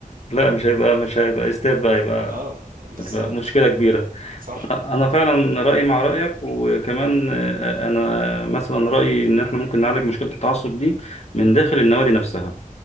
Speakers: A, on the left (about 50°); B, on the right (about 85°).
A: لا مش هيبقى مش هيبقى استاد بقى هيبقى
B: اه بالظبط
A: هتبقى مشكلة كبيرة
B: صح
A: انا فعلا رايي مع رايك وكمان آه، انا مثلا رايي ان احنا ممكن نعالج مشكله التعصب دي من داخل النوادي نفسها